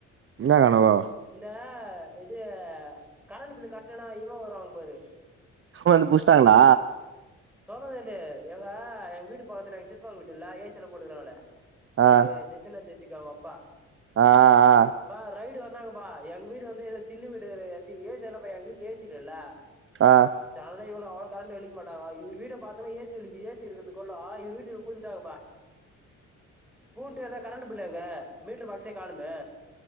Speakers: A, on the right; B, in the centre.
A: இன்னா கானவோ
B: இந்த இது கரண்ட்டு பில்லு கட்லனா இவெ வருவாங் பாரு
A: வந்து புச்டாங்களா
B: சோலவேலியே எங்க எங்க வீட்டு பக்கதுல எங்க சித்தப்பாங் வீட்டு இல்ல ஏ சில போடுகறாங்கலே
A: ஆ
B: இரே ஜெசின ஜெசிக அவெ அப்பா
A: ஆ ஆ
B: பா ரைடு வந்தாங்கப்பா எங் வீடு வந்து எதோ சின்ன வீடுதே சி ஏ சி எல்லபா எங் வீட்ல ஏ சி இல்ல இல்ல
A: ஆ
B: சனல இவ்ள அவ்ளோ கர்ண்டு வெளிக் மாட்டாங்கோ இவீ வீட்ட பாத்தனா ஏ சி விலிகி ஏ சி இருகுது கொல்லா இவுரு வீட்டுல் பூந்ட்டாங்கப்பா பூந்ட்டு எதா கரண்ட்டு பில்லு எங்க மீட்டர் பாக்சே காணுமே